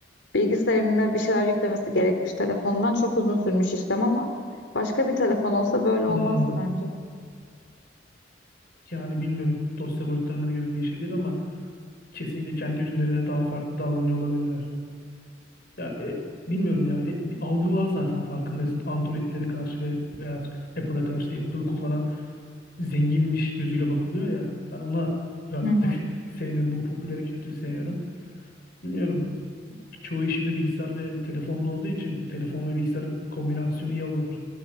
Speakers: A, on the left (about 75°); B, on the left (about 55°).
A: Bilgisayarına bir şeyler yüklemesi gerekmiş telefondan. Çok uzun sürmüş işlem ama başka bir telefon olsa böyle
B: hmm.
A: olmazdı bence.
B: Yani bilmiyorum. Dosya boyutlarına göre değişebilir ama kesinlikle kendi ürünlerine daha farklı davranıyor olabilirler. Ya e, bilmiyorum ya. E, bir algı var zaten farkındaysın. Android'lere karşı ve veya Apple'a karşı Apple'ı kullanan zenginmiş gözüyle bakılıyor ya. Ben ona birazcık
A: Hı hı,
B: <laughs> sevmiyorum. Bu popüler kültürü sevmiyorum. Bilmiyorum. Çoğu işimde bilgisayar ve telefonla olduğu için telefon ve bilgisayar kombinasyonu iyi olur.